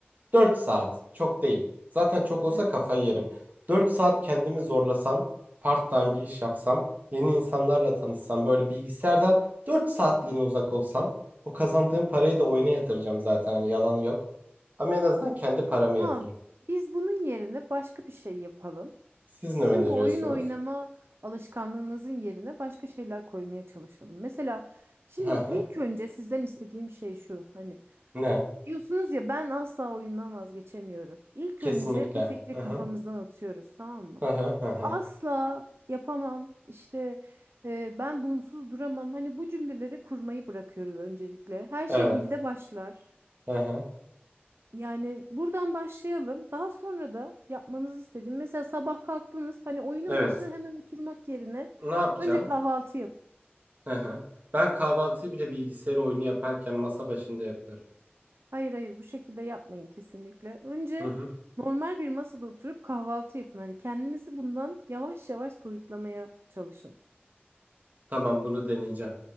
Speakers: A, on the right; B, on the right.
A: 4 saat çok değil. Zaten çok olsa
B: Evet.
A: kafayı yerim. 4 saat kendimi zorlasam, part-time bir iş yapsam, yeni insanlarla tanışsam, böyle bilgisayardan 4 saatliğine uzak olsam o kazandığım parayı da oyuna yatıracağım zaten hani yalan yok. Ama en azından kendi paramı
B: Ha,
A: yatırırım.
B: biz bunun yerine başka bir şey yapalım.
A: Siz
B: Sizin
A: ne öneriyorsunuz?
B: bu oyun oynama alışkanlığınızın yerine başka şeyler koymaya çalışalım. Mesela şimdi
A: Hı hı.
B: ilk önce sizden istediğim şey şu. Hani
A: Ne?
B: diyorsunuz ya ben asla oyundan vazgeçemiyorum. İlk
A: Kesinlikle.
B: önce bu fikri
A: Hı
B: kafamızdan
A: hı.
B: atıyoruz, tamam mı?
A: Hı hı hı hı.
B: Asla yapamam. işte e, ben bunsuz duramam. Hani bu cümleleri kurmayı bırakıyoruz öncelikle. Her şey
A: Evet.
B: dilde başlar.
A: Hı hı.
B: Yani buradan başlayalım. Daha sonra da yapmanızı istediğim mesela sabah kalktınız hani oyunun
A: Evet.
B: başına hemen oturmak yerine
A: Ne yapacağım?
B: önce kahvaltı yap.
A: Hı hı. Ben kahvaltıyı bile bilgisayar oyunu yaparken masa başında yapıyorum.
B: Hayır hayır bu şekilde yapmayın kesinlikle. Önce
A: Hı hı.
B: normal bir masada oturup kahvaltı yapın. Hani kendinizi bundan yavaş yavaş soyutlamaya çalışın.
A: Tamam bunu deneyeceğim.